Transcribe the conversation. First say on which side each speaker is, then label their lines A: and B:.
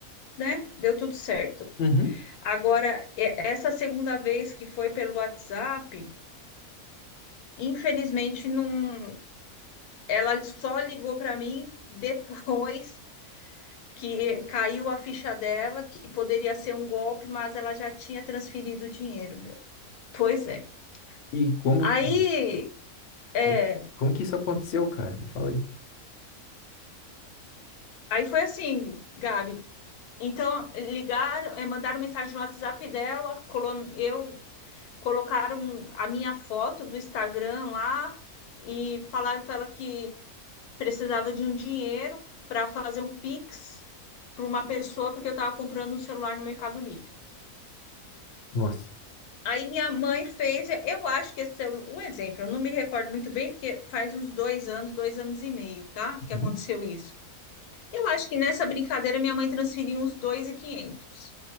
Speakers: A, on the left; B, on the left.
A: né, deu tudo certo.
B: Uhum.
A: Agora, e- essa segunda vez que foi pelo WhatsApp, infelizmente não Ela só ligou para mim depois que caiu a ficha dela, que poderia ser um golpe, mas ela já tinha transferido o dinheiro, meu. Pois é.
B: E como
A: Aí,
B: que,
A: é,
B: co- como, que isso aconteceu, cara? Me fala aí.
A: aí foi assim, Gabi. Então, ligaram, é, mandaram mensagem no WhatsApp dela, colo- eu colocaram a minha foto do Instagram lá e falaram para ela que precisava de um dinheiro para fazer um Pix para uma pessoa, porque eu estava comprando um celular no Mercado Livre.
B: Nossa.
A: Aí minha mãe fez, eu eu acho que esse celu- um exemplo, eu não me recordo muito bem, porque faz uns dois anos, dois anos e meio, tá? Que
B: Uhum.
A: aconteceu isso. Eu acho que nessa brincadeira minha mãe transferiu uns 2.500